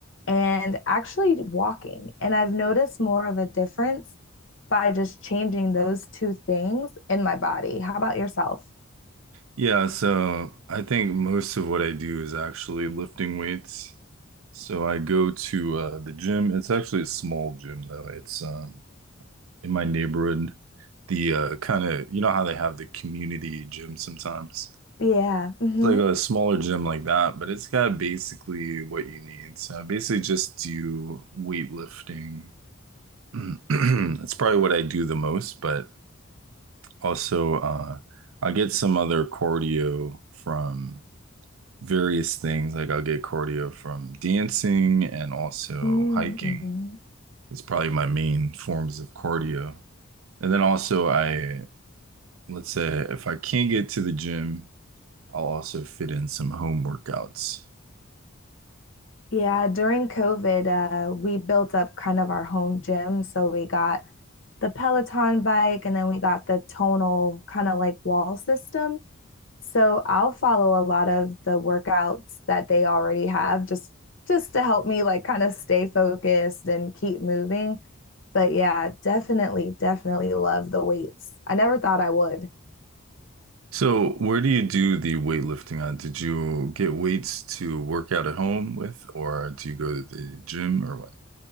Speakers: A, on the left (about 60°); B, on the right (about 75°).
A: and actually walking. And I've noticed more of a difference by just changing those two things in my body. How about yourself?
B: Yeah, so I think most of what I do is actually lifting weights. So I go to uh, the gym. It's actually a small gym though. It's um, in my neighborhood. The uh, kind of you know how they have the community gym sometimes.
A: Yeah. Mm-hmm.
B: It's like a smaller gym like that, but it's got basically what you need. So I basically just do weightlifting. <clears throat> That's probably what I do the most, but. Also, uh, I get some other cardio from various things. Like I'll get cardio from dancing and also
A: Mm-hmm.
B: hiking. It's probably my main forms of cardio. And then also I, let's say if I can't get to the gym, I'll also fit in some home workouts.
A: Yeah, during COVID, uh, we built up kind of our home gym. So we got the Peloton bike and then we got the tonal kind of like wall system. So I'll follow a lot of the workouts that they already have just just to help me like kind of stay focused and keep moving. But yeah, definitely, definitely love the weights. I never thought I would.
B: So where do you do the weightlifting on? Did you get weights to work out at home with, or do you go to the gym or what?